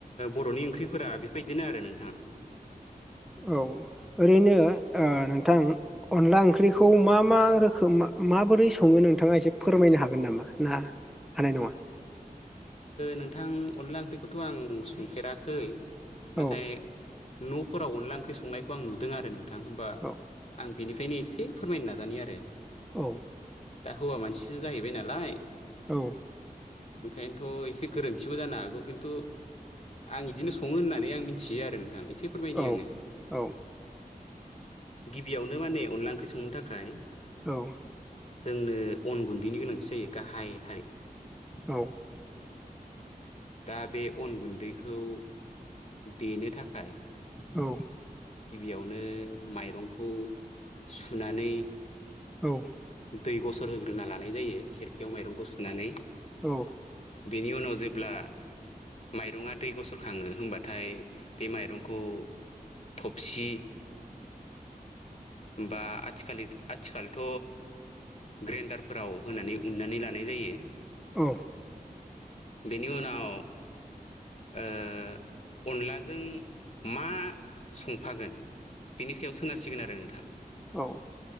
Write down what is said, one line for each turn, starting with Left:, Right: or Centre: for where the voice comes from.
Left: बर'नि ओंख्रिफोरा बेफोरबायदिनो आरो नोंथाङा
Centre: औ ओरैनो नोंथां अनला ओंख्रिखौ मा मा रोखोम माबोरै सङो? नोंथाङा एसे फोरमायनो हागोन नामा ना हानाय नङा?
Left: नोंथां अनला ओंख्रिखौथ' आं संफेराखै
Centre: औ
Left: नाथाय न'फोराव अनला ओंख्रि संनायखौ आं नुदों आरो नोंथां होमबा
Centre: औ
Left: आं- बेनिफ्रायनो एसे फोरमायनो नाजानाय आरो
Centre: औ
Left: दा हौवा मानसिसो जाहैबाय नालाय
Centre: औ
Left: ओंखायनोथ एसे गोरोन्थिबो जानो हागौ खिन्थु आं बिदिनो संङो होननानै आं मिथियो आरो नोंथां एसे एसे फोरमायनि
Centre: औ
Left: आंङो
Centre: औ
Left: गिबियावनो माने अनला ओंख्रि संनो थाखाय
Centre: औ
Left: जोंनो अन गुन्दैनि गोनांथि जायो गाहायथारै
Centre: औ
Left: दा बे अन गुन्दैखौ देनो थाखाय
Centre: औ
Left: गिबियावनो माइरंखौ सुनानै
Centre: औ
Left: दै गसर होग्रोना लानाय जायो खेरखायाव माइरंखौ सुनानै
Centre: औ
Left: बेनि उनाव जेब्ला माइरङा दै गसरखाङो होनबाथाय बे माइरंखौ थफसि
Centre: <inaudible>
Left: बा आथिखालि आथिखालथ ग्रेन्दारफोराव होनानै उन्नानै लानाय जायो
Centre: औ
Left: बेनि उनाव ओ अनलाजों मा संफागोन बिनि सायाव सोनारसिगोन आरो नोंथां
Centre: औ ओ